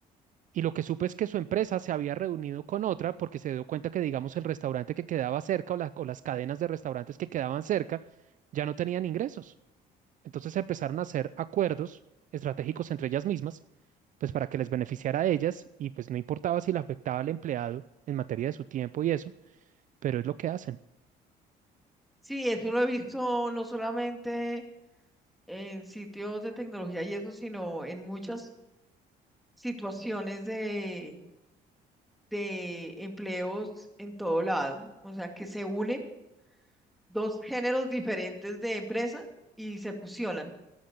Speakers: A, on the right; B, in the centre.
A: Y lo que supe es que su empresa se había reunido con otra porque se dio cuenta que, digamos, el restaurante que quedaba cerca o, la- o las cadenas de restaurantes que quedaban cerca ya no tenían ingresos. Entonces empezaron a hacer acuerdos estratégicos entre ellas mismas, pues para que les beneficiara a ellas y pues no importaba si le afectaba al empleado en materia de su tiempo y eso, pero es lo que hacen.
B: Sí, eso lo he visto no solamente en sitios de tecnología y eso, sino en muchas situaciones de, de empleos en todo lado. O sea, que se unen dos géneros diferentes de empresa y se fusionan,